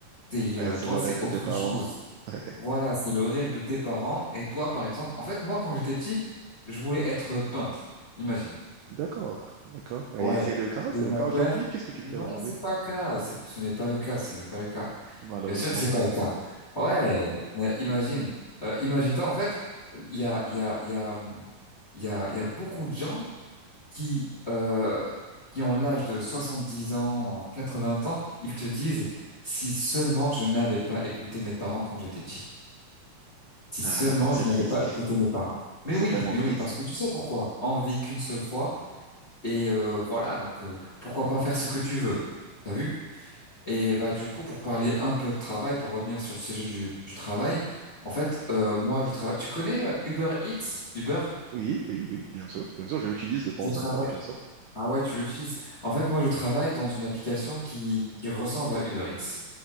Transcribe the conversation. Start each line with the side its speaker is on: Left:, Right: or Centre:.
Left: T'es, euh,
Right: ouais, c'est
Left: toi,
Right: le
Left: c'est
Right: rêve de
Left: autre
Right: tes parents.
Left: chose.
Right: <laughs>
Left: Voilà, c'est le rêve de tes parents. Et toi, par exemple, en fait, moi, quand j'étais petit, je voulais être peintre. Imagine.
Right: D'accord, d'accord. Et
Left: Ouais.
Right: c'est le cas,
Left: Et
Right: c'est
Left: mon
Right: le cas
Left: père,
Right: aujourd'hui. Qu'est-ce que tu
Left: non,
Right: fais aujourd'hui?
Left: c'est pas le cas. C'est- Ce n'est pas le cas. Ce n'est pas le cas.
Right: Malheureusement.
Left: Bien sûr que c'est pas le cas. Ouais. Mais imagine. Euh, imagine-toi, en fait, il y a, il y a, il y a, hum, il y a, il y a beaucoup de gens qui, euh, qui ont l'âge de 70 ans, 80 ans. Ils te disent, si seulement je n'avais pas écouté mes parents quand j'étais petit. Si
Right: Ah,
Left: seulement
Right: d'accord, c'est
Left: je n'avais
Right: triste.
Left: pas écouté mes parents. Mais
Right: C'est
Left: oui,
Right: vraiment
Left: mais
Right: triste.
Left: oui, parce que tu sais pourquoi? On vit qu'une seule fois et euh, voilà, donc euh, pourquoi pas faire ce que tu veux? T'as vu? Et bah du coup, pour parler un peu de travail, pour revenir sur le sujet du, du travail, en fait, euh, moi je travaille. Tu connais euh, Uber Eats? Uber?
Right: Oui, oui, oui, bien sûr. Bien sûr, je l'utilise de temps
Left: Je travaille.
Right: en temps, bien sûr.
Left: Ah ouais, tu l'utilises. En fait, moi je travaille dans une application qui qui ressemble à Uber Eats.